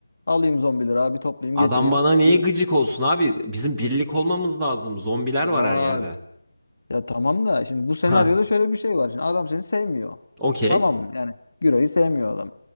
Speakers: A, on the left; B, in the centre.
A: Alayım zombileri abi toplayayım
B: Adam
A: getireyim.
B: bana niye
A: Gür
B: gıcık olsun abi? Bizim birlik olmamız lazım. Zombiler
A: ya
B: var her yerde.
A: ya tamam da şimdi bu senaryoda
B: Ha,
A: şöyle bir şey var. Şimdi adam seni sevmiyor.
B: okey.
A: Tamam mı? Yani Güray'ı sevmiyor adam.